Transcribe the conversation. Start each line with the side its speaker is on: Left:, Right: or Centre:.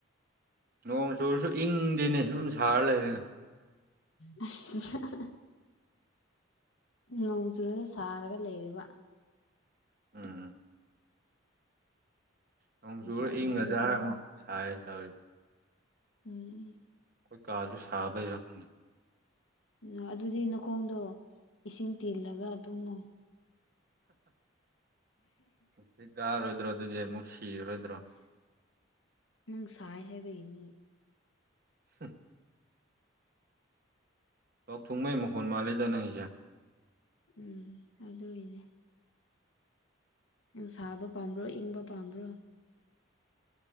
Right: ꯅꯣꯡ ꯆꯨꯔꯁꯨ ꯏꯪꯗꯦꯅꯦ ꯁꯨꯝ ꯁꯥꯔ ꯂꯩꯔꯦꯅꯦ
Left: <unintelligible> ꯅꯣꯡ ꯆꯨꯨꯔꯗ ꯁꯥꯔꯒ ꯂꯩꯕ
Right: ꯎꯝ ꯅꯣꯡꯆꯨꯔ
Left: ꯖꯥꯠ
Right: ꯏꯪꯒꯗ꯭ꯔꯥ
Left: ꯖꯥꯠꯅꯤꯀꯣ
Right: ꯑꯃꯨꯛ
Left: ꯎꯝ
Right: ꯁꯥꯏꯅ ꯇꯧꯤ
Left: ꯎꯝ
Right: ꯑꯩꯈꯣꯏ ꯀꯥꯁꯨ ꯁꯥꯕꯒꯤꯔ ꯈꯪꯗꯦ
Left: ꯎ ꯑꯗꯨꯗꯤ ꯅꯈꯣꯡꯗꯣ ꯏꯁꯤꯡ ꯇꯤꯜꯂꯒ ꯇꯨꯝꯃꯣ
Right: ꯁꯤ ꯀꯥꯔꯣꯏꯗ꯭ꯔꯣ ꯑꯗꯨꯗꯤ ꯑꯃꯨꯛ ꯁꯤꯔꯔꯣꯏꯗ꯭ꯔꯣ
Left: ꯅꯪ ꯁꯥꯏ ꯍꯥꯏꯕ ꯏꯅꯤ
Right: ꯁ ꯂꯣꯛ ꯊꯨꯡꯕꯩ ꯃꯈꯣꯟ ꯃꯥꯜꯂꯤꯗ ꯅꯪꯖꯦ
Left: ꯎꯝ ꯑꯗꯨꯗ ꯏꯅꯦ ꯎ ꯁꯥꯕ ꯄꯥꯝꯕ꯭ꯔꯣ ꯏꯪꯕ ꯄꯥꯝꯕ꯭ꯔꯣ